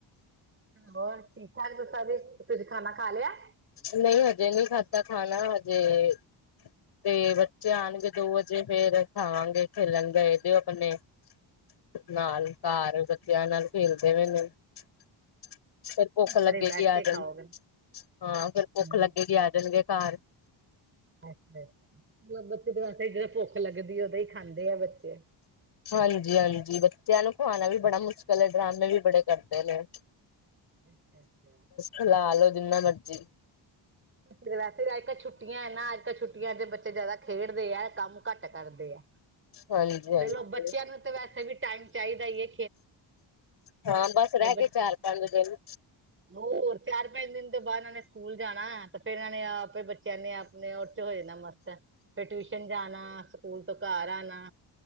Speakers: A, on the right; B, on the left.
A: ਹੋਰ ਠੀਕ ਠਾਕ ਜੀ ਸਾਰੇ ਤੁਸੀ ਖਾਣਾ ਖਾ ਲਿਆ?
B: ਨਹੀਂ ਹਜੇ ਨਹੀਂ ਖਾਧਾ ਖਾਣਾ ਹਜੇ, ! ਤੇ ਬੱਚੇ ਆਉਣਗੇ ਦੋ ਵਜੇ ਫੇਰ ਖਾਵਾਂਗੇ ਖੇਲਣ ਗਏ ਇਹ ਦਿਓ ਆਪਣੇ, ! ਨਾਲ ਘਰ ਬੱਚਿਆਂ ਨਾਲ ਖੇਲਦੇ ਵੇ ਨੇ, ! ਫਿਰ ਭੁੱਖ ਲੱਗੇਗੀ
A: ਸਾਰੇ ਬੈਠ
B: ਆ
A: ਕੇ
B: ਜਾਣ,,
A: ਖਾਓਗੇ
B: ਹਾਂ ਫੇਰ ਭੁੱਖ
A: ਹਮ
B: ਲੱਗੇਗੀ ਆ ਜਾਨਗੇ ਘਰ
A: ਅੱਛਾ ਅੱਛਾ ਮਤਲਬ ਬੱਚੇ ਵੈਸੇ ਜਦੋਂ ਭੁੱਖ ਲੱਗਦੀ ਓਦੋਂ ਹੀ ਖਾਂਦੇ ਆ ਬੱਚੇ
B: ਹਾਂਜੀ ਹਾਂਜੀ ਬੱਚਿਆਂ ਨੂੰ ਖੁਵਾਣਾ ਵੀ ਬੜਾ ਮੁਸ਼ਕਿਲ ਏ ਡਰਾਮੇ ਵੀ ਬੜੇ ਕਰਦੇ ਨੇ <inaudible>
A: ਅੱਛਾ ਅੱਛਾ,,,,,
B: ਹਿਲਾ ਲਓ ਜਿੰਨਾ ਮਰਜ਼ੀ,,,
A: ਬੇ ਵੈਸੇ ਅੱਜ ਕੱਲ ਛੁੱਟੀਆਂ ਹੈ ਨਾ ਅੱਜ ਕੱਲ ਛੁੱਟੀਆਂ ਚ ਬੱਚੇ ਜ਼ਿਆਦਾ ਖੇਡਦੇ ਆ ਕੰਮ ਘੱਟ ਕਰਦੇ ਆ
B: ਹਾਂਜੀ ਹਾਂਜੀ
A: ਚਲੋ ਬੱਚਿਆਂ ਨੂੰ ਤਾਂ ਵੈਸੇ ਵੀ ਟਾਈਮ ਚਾਹੀਦਾ ਈ ਏ
B: ਹਾਂ ਬਸ ਰਹਿ ਗਏ
A: ਬ
B: ਚਾਰ ਪੰਜ ਦਿਨ
A: ਹੋਰ ਚਾਰ ਪੰਜ ਦਿਨ ਤੋਂ ਬਾਅਦ ਇਹਨਾਂ ਨੇ ਸਕੂਲ ਜਾਣਾ ਤੇ ਫੇਰ ਇਹਨਾਂ ਨੇ ਆਪੇ ਬੱਚੇ ਕਹਿੰਦੇ ਆ ਆਪਣੇ ਉਹ ਚ ਹੋ ਜਾਣਾ ਮਸਤ ਫਿਰ ਟਿਊਸ਼ਨ ਜਾਣਾ ਸਕੂਲ ਤੋਂ ਘਰ ਆਣਾ